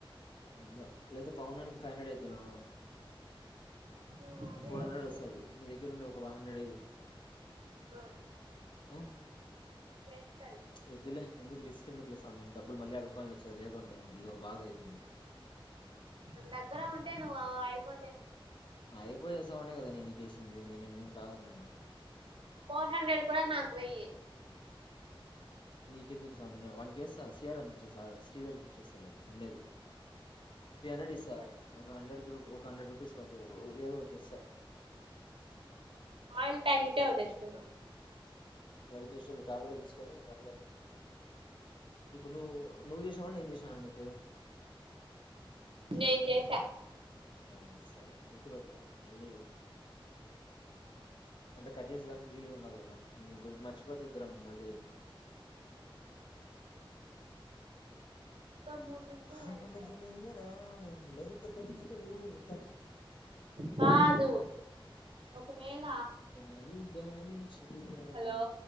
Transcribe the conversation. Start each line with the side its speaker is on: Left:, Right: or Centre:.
Left: ఎందో లేకపోతే పవనానికి ఫైవ్ హండ్రెడ్ ఎద్దునా
Right: ఆ
Left: ఇటు
Right: వేస్టే
Left: ఫోర్ హండ్రెడ్ వస్సది నీ దగ్గర ఉండే ఒక వన్ హండ్రెడ్ వేయ్
Right: ఆ
Left: ఆ
Right: వేస్తాలే
Left: వద్దులే ఎందుకు రిస్క్ ఎందుకులే సామీ డబ్బులు మళ్ళీ అడుకోవాఅల్సీ వచ్చది లేకుంటే ఇది బాధ అయిపోయింది
Right: నా దగ్గర ఉంటే నువ్ అయిపోతే
Left: అయిపోచేసవనే కదా నేన్ నీ కేస్ ది నేనేం కాదన్నాన
Right: ఫోర్ హండ్రెడ్ కూడా నాకు వెయ్యి
Left: నీకెందుకు సామీ వనకిేస్త సిఆర్ వన్కి ఇచ్చేస్తా శ్రీధర్కి ఇచ్చేస్తాలే ఉండేది త్రీ హండ్రెడ్ ఇస్త
Right: సరే
Left: ఒక హండ్రెడ్కి రూ ఒక హండ్రెడ్ రూపీస్ వాటికి ఏదో ఒకటి తెస్స
Right: ఆయిల్ ప్యాకెట్ అవి తెచ్చుకున్నామ్
Left: మెడికేషోలో లో టాబ్లెట్ తీసుకొని ఇంక అట్లే ఇప్పుడు నువ్ నువ్వు చేసావ నేన్ చేసానా నీకు
Right: నేను చేసా
Left: ఆ సరే గుర్తుపెట్టుకో మళ్ళీ అంటే కట్ జేసేదానికి వీలు ఉండాలి కదా న గుర్తు మర్చిపోతే ఇద్దరం మళ్ళీ <inaudible>
Right: ఇంకా మూడు నిమిషాలు
Left: అబన్
Right: అయిందిలే
Left: నుంచి ఇంతేనా ఉండేది <inaudible>
Right: బాదు ఒకవేళ
Left: గాలి గాలి ఉజ్ తిరగాలి
Right: హలో